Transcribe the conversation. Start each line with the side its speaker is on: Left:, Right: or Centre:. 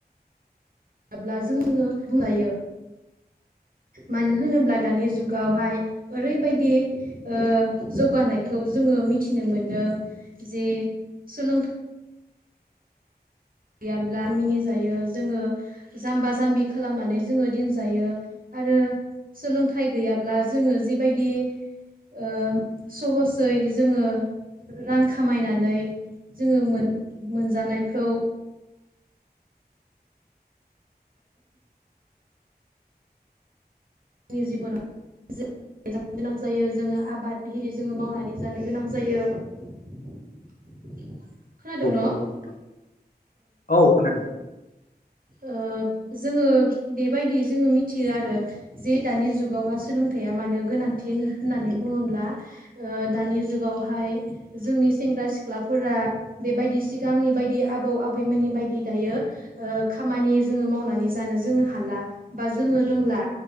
Right: जाब्ला जों जोङो बुंजायो। मानो होनोब्ला दानि जुगावहाय ओरैबायदि ओ‌ जौगानाय खौ जोङो मिथिनो मोनदों जे सोलोंथाइ गैयाब्ला मिनिजायो जोङो जाम्बा जाम्बि खालामनानै जोङो दिनजायो। आरो सोलोंथाइ गैयाब्ला जोङो जिबायदि ओ सहसै जोङो रां खामायनानै जोङो मोन मोनजानायखौ आंनि जिबनाव जि गोनां जायो जोङो आबाद एरि जोङो मावनानै जानो गोनां जायो। खोनादों न'
Left: नंगौ
Right: औ
Left: नोंथां औ खोनादों
Right: ओ जोङो बेबायदि जोङो मिथियो आरो जे दानि जुगावहा सोलों थाया मानो गोनां होननानै बुङोब्ला ओ दानि जुगावहाय जोंनि सेंग्रा सिख्लाफोरा बेबायदि सिगांनि बायदि आबौ आबैमोननि बायदि दायो ओ खामानि जोङो मावनानै जानो जोङो हाला बा जोङो रोंला।